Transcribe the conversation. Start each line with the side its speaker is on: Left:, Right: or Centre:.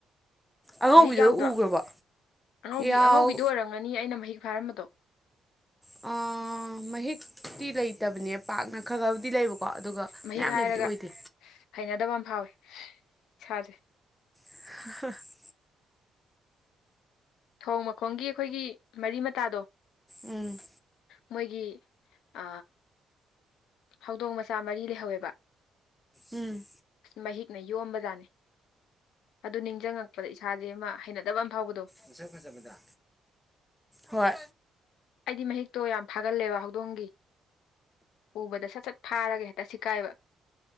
Centre: ꯑꯉꯧꯕꯤꯗꯣ
Left: ꯃꯍꯤꯛ ꯌꯥꯎꯗ꯭ꯔꯣ
Centre: ꯎꯈ꯭ꯔꯕꯣ
Left: ꯑꯉꯧꯕꯤ
Centre: ꯌꯥꯎ
Left: ꯑꯉꯧꯕꯤꯗꯣ ꯑꯣꯏꯔꯝꯒꯅꯤ ꯑꯩꯅ ꯃꯍꯤꯛ ꯐꯥꯔꯝꯕꯗꯣ
Centre: ꯑ ꯃꯍꯤꯛꯇꯤ ꯂꯩꯇꯕꯅꯦ ꯄꯥꯛꯅ ꯈꯔ ꯈꯕꯨꯗꯤ ꯂꯩꯕꯀꯣ ꯑꯗꯨꯒ
Left: ꯃꯍꯤꯛ
Centre: ꯃꯌꯥꯝ ꯂꯩꯕꯗꯤ
Left: ꯍꯥꯏꯔꯒ
Centre: ꯑꯣꯏꯗꯦ
Left: ꯍꯩꯅꯗꯕ ꯑꯃ ꯐꯥꯎꯋꯦ ꯏꯁꯥꯖꯦ
Centre: <unintelligible>
Left: ꯊꯣꯡ ꯃꯈꯣꯡꯒꯤ ꯑꯩꯈꯣꯏꯒꯤ ꯃꯔꯤ ꯃꯇꯥꯗꯣ
Centre: ꯎꯝ
Left: ꯃꯣꯏꯒꯤ ꯑ ꯍꯧꯗꯣꯡ ꯃꯆꯥ ꯃꯔꯤ ꯂꯩꯍꯧꯋꯦꯕ
Centre: ꯎꯝ
Left: ꯑꯁ ꯃꯍꯤꯛꯅ ꯌꯣꯝꯕꯖꯥꯠꯅꯦ ꯑꯗꯨ ꯅꯤꯡꯁꯤꯡꯉꯛꯄꯗ ꯏꯁꯥꯖꯦ ꯑꯃ ꯍꯩꯅꯗꯕ ꯑꯃ ꯐꯥꯎꯕꯗꯣ
Centre: ꯐꯖ ꯐꯖꯕꯗ ꯍꯣꯏ
Left: ꯑꯩꯗꯤ ꯃꯍꯤꯛꯇꯣ ꯌꯥꯝ ꯐꯥꯒꯜꯂꯦꯕ ꯍꯧꯗꯣꯡꯒꯤ ꯎꯕꯗ ꯁꯠ ꯁꯠ ꯐꯥꯔꯒꯦ ꯍꯦꯛꯇ ꯁꯤꯠꯀꯥꯏꯕ